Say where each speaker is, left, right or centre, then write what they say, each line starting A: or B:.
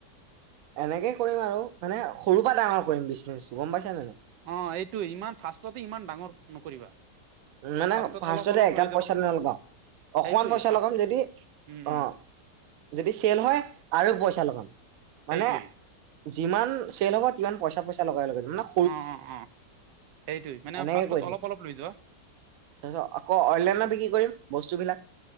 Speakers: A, on the right; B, on the right.
A: এনেকে কৰিম আৰু মানে সৰুৰ পৰা ডাঙৰ কৰিম বিজনেছটো গম পাইছা নে নাই।
B: অ এইটো ইমান ফাষ্টতে ইমান ডাঙৰ নকৰিবা।
A: মানে
B: ফাৰ্ষ্টত
A: ফাৰ্ষ্টতে
B: অলপ অলপ
A: এগাল
B: লৈ যাবা
A: পইচা নলগাওঁ। অকমান
B: সেইটোৱেই
A: পইচা
B: ফাৰ্ষ্ট
A: লগাম যদি
B: উম
A: অ,
B: উম
A: যদি চেল হয় আৰু পইচা লগাম
B: সেইটোৱেই
A: মানে। যিমান চল হ'ব কিমান পইচা পইচা লগাই লগে তাক।
B: অ অ অ সেইটোৱে মানে
A: এনেকে
B: ফাৰ্ষ্টত
A: কৰি থাকিম
B: অলপ অলপ লৈ যোৱা।
A: তাৰপিছত আকৌ অনলাইনত বিক্ৰী কৰিম বস্তুবিলাক।